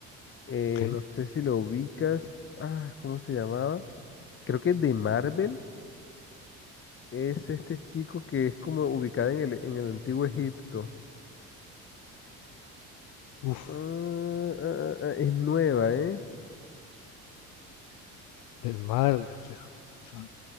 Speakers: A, on the left; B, on the left.
A: Eh,
B: ok,
A: no sé si lo ubicas, ah, ¿cómo se llamaba? Creo que de Marvel es este chico que es como ubicado en el en el antiguo Egipto.
B: uff,
A: Ah, ah, ah, ah, es nueva, ¿eh?
B: de Marvel, déjame pensar.